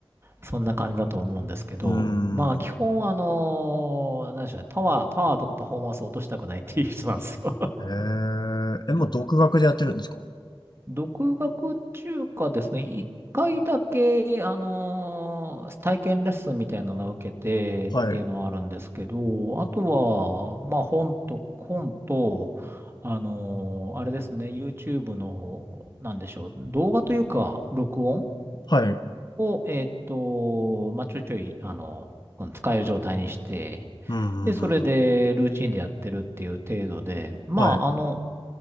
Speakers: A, on the right; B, on the left.
A: そんな感じだと思うんですけど、
B: うーん。
A: まあ基本あの、何でしょうね、パワー、パワーとかパフォーマンスを落としたくないっていう人なんですよ。
B: えー、え、もう独学でやってるんですか
A: 独学中華ですね。一回だけ、あのー体験レッスンみたいなのを受けてっていうのはあるんですけど、
B: はい。
A: あとは、まあ本と、本と、あのーあれですね、YouTube の、なんでしょう、動画というか、録音
B: はい。
A: を、えっと、まあちょいちょい、あの、うん使える状態にして、
B: うんうんうんうん。
A: で、それでルーチンでやってるっていう程度で、まああの、
B: はい。う